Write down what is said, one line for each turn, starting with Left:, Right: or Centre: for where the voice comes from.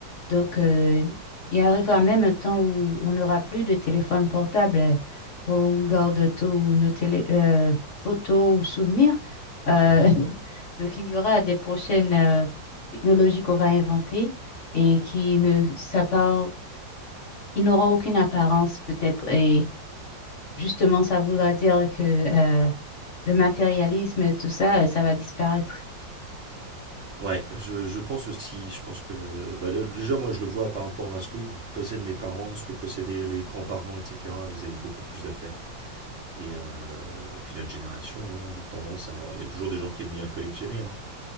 Left: donc, euh, il arrivera même un temps où on n'aura plus de téléphone portable. euh, on garde tous nos télé- euh, photos ou souvenirs. Euh,
Right: mhm.
Left: <laughs> donc, il y aura des prochaines euh, technologies qu'on va inventer et qui ne s'appar- qui n'auront aucune apparence peut-être. Et justement, ça voudra dire que euh, le matérialisme, tout ça, euh, ça va disparaître.
Right: Ouais, je, je pense aussi, je pense que. bah, de- déjà, moi, je le vois par rapport à ce que possèdent mes parents, ce que possédaient les grands-parents, etc. Ils avaient beaucoup plus d'affaires. Et, euh, et puis notre génération, ouais, on a tendance à. Alors, il y a toujours des gens qui aiment bien collectionner, hein,